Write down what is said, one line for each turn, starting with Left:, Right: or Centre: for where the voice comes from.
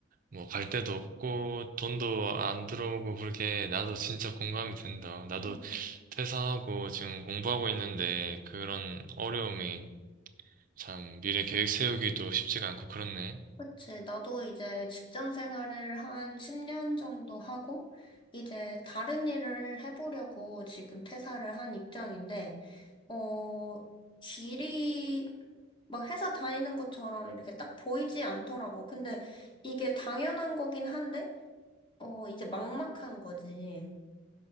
Right: 뭐 갈 데도 없고 돈도 안 들어오고 그게 나도 진짜 공감이 된다. 나도
Left: 음.
Right: 퇴사하고 지금 공부하고 있는데 그런 어려움이 참 미래 계획 세우기도 쉽지가 않고 그렇네.
Left: 그치. 나도 이제 직장 생활을 한 10년 정도 하고, 이제 다른 일을 해보려고 지금 퇴사를 한 입장인데, 어, 길이 막 회사 다니는 것처럼 이렇게 딱 보이지 않더라고. 근데 이게 당연한 거긴 한데, 어, 이제 막막한 거지.